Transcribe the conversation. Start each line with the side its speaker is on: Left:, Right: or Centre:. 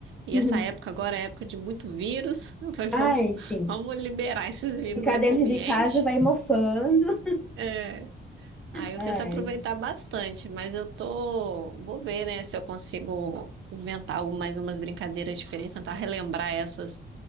Right: E
Centre: Uhum.
Right: essa época agora é época de muito vírus, <laughs> eu falei,
Centre: Ai,
Right: vamos,
Centre: sim.
Right: vamos liberar esses vírus
Centre: Ficar
Right: aí
Centre: dentro
Right: pro ambiente.
Centre: de casa vai mofando.
Right: É, Aí eu
Centre: Ai,
Right: tento aproveitar bastante, mas eu tô. Vou ver, né, se eu consigo inventar algo, mais umas brincadeiras diferentes, tentar relembrar essas